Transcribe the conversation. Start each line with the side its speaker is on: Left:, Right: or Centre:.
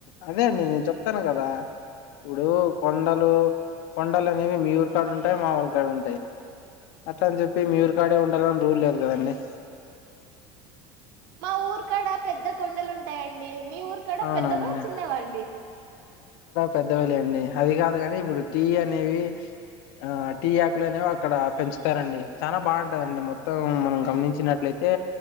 Left: అదే అండి నేను చెప్తాను కదా ఇప్పుడు కొండలు కొండలు అనేవి మీ ఊరికాడు ఉంటాయి మా ఊరికాడు ఉంటాయి అట్ల అని చెప్పి మీ ఊరికాడే ఉండాలని రూల్ లేదు కదండడి
Right: మా ఊరు క్కడ పెద్ద కొండలు ఉంటాయండి మీ ఊరు కడ
Left: అవునవునండి
Right: పెద్దవా చిన్నవా అండి
Left: పెద్దవలే అండి అది కాదుగాని ఇప్పుడు టీ అనేవి ఆ టీ ఆకులు అనేవి అక్కడ పెంచుతారండి చాలా బాగుంటదండి మొత్తం మనం గమనించినట్లయితే